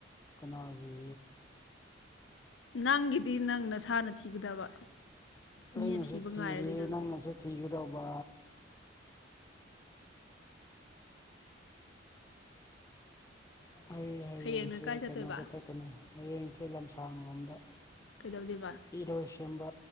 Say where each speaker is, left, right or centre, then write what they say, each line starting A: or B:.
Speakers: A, on the left; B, on the left.
A: ꯀꯅꯥꯒꯤ
B: ꯅꯪꯒꯤꯗꯤ ꯅꯪ ꯅꯁꯥꯅ ꯊꯤꯒꯗꯕ ꯃꯤꯅ
A: ꯑꯩꯅꯁꯨ
B: ꯊꯤꯕ
A: ꯊꯤꯔꯤ
B: ꯉꯥꯏꯔꯗꯤ ꯅꯪ
A: ꯅꯪꯅꯁꯨ ꯁꯤꯒꯗꯕꯥ ꯑꯩ ꯍꯌꯦꯡꯁꯦ
B: ꯍꯌꯦꯡꯅ ꯀꯥꯏ ꯆꯠꯇꯣꯏꯕ
A: ꯀꯩꯅꯣꯗ ꯆꯠꯀꯅꯤ ꯍꯌꯦꯡꯁꯦ ꯂꯝꯁꯥꯡ ꯂꯣꯝꯗ
B: ꯀꯩꯗꯧꯗꯣꯏꯕ
A: ꯏꯔꯣꯏ ꯁꯦꯝꯕ